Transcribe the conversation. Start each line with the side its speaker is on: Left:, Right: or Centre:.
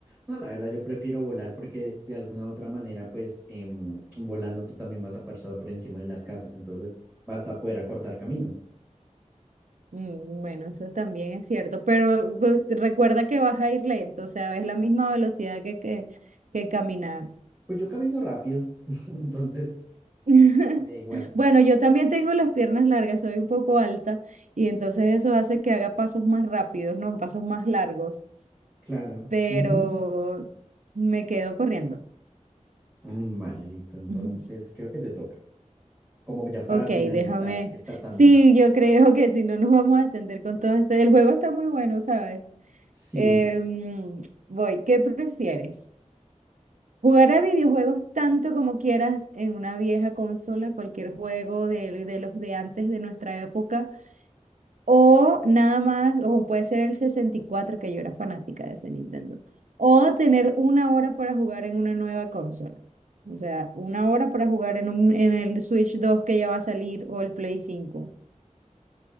Centre: No, la verdad, yo prefiero volar porque de alguna u otra manera, pues em, volando tú también vas a pasar por encima de las casas, entonces vas a poder acortar camino.
Right: Mm, Bueno, eso también es cierto, pero pues, recuerda que vas a ir lento, o sea, es la misma velocidad que, que, que caminar.
Centre: Pues yo camino rápido, <laughs> entonces
Right: <laughs>
Centre: ya igual.
Right: Bueno, yo también tengo las piernas largas, soy un poco alta y entonces eso hace que haga pasos más rápidos, no pasos más largos.
Centre: Claro.
Right: pero
Centre: Ujú.
Right: me quedo corriendo.
Centre: Mm, Vale, listo. Entonces
Right: <laughs>
Centre: creo que te toca. Como ya para
Right: Ok,
Centre: finalizar
Right: déjame.
Centre: esta tanda.
Right: Sí, yo creo que si no nos vamos a extender con todo este. El juego está muy bueno, ¿sabes?
Centre: Sí,
Right: Em, voy, ¿qué prefieres? ¿Jugar a videojuegos tanto como quieras en una vieja consola, cualquier juego de, de los de antes de nuestra época? O nada más, o puede ser el 64 que yo era fanática de ese Nintendo. O tener una hora para jugar en una nueva consola. O sea, una hora para jugar en, un, en el Switch 2 que ya va a salir o el Play cinco